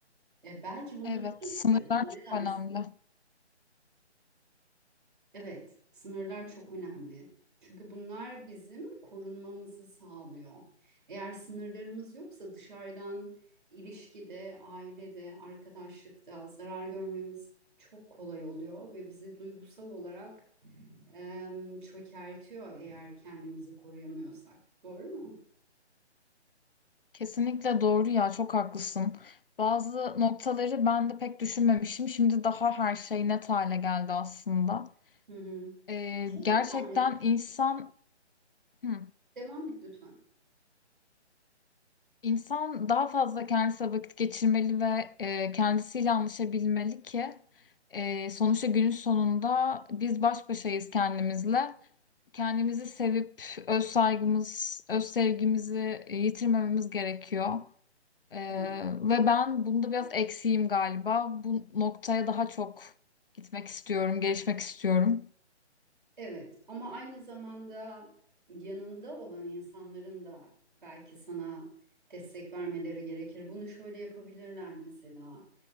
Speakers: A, on the right (about 45°); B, on the left (about 55°).
A: E, belki bunu
B: Evet,
A: deneyebilirsin.
B: sınırlar çok
A: Ne dersin?
B: önemli.
A: Evet, sınırlar çok önemli. Çünkü bunlar bizim korunmamızı sağlıyor. Eğer sınırlarımız yoksa dışarıdan ilişkide, ailede, arkadaşlıkta zarar görmemiz çok kolay oluyor ve bizi duygusal olarak em, çökertiyor eğer kendimizi koruyamıyorsak. Doğru mu?
B: Kesinlikle doğru ya çok haklısın. Bazı noktaları ben de pek düşünmemişim. Şimdi daha her şey net hale geldi aslında.
A: Hı hı.
B: Ee,
A: Şey
B: gerçekten
A: de var mı?
B: insan hı,
A: Devam et lütfen.
B: insan daha fazla kendisine vakit geçirmeli ve e, kendisiyle anlaşabilmeli ki e, sonuçta günün sonunda biz baş başayız kendimizle. Kendimizi sevip öz saygımız, öz sevgimizi e, yitirmememiz gerekiyor. Ee,
A: Evet.
B: ve ben bunda biraz eksiğim galiba. Bu noktaya daha çok gitmek istiyorum, gelişmek istiyorum.
A: Evet ama aynı zamanda yanında olan insanların da belki sana destek vermeleri gerekir. Bunu şöyle yapabilirler mesela.